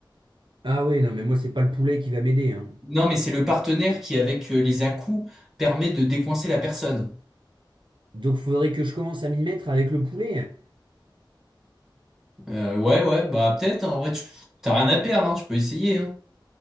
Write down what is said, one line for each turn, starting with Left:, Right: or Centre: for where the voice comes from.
Right: Ah ouais, non, mais moi c'est pas le poulet qui va m'aider, hein.
Centre: Non, mais c'est le partenaire qui, avec euh, les à-coups, permet de décoincer la personne.
Right: Donc faudrait que je commence à m'y mettre avec le poulet.
Centre: Euh, ouais, ouais, bah peut-être, hein, en vrai, tu- t'as rien à perdre, hein, tu peux essayer. hein.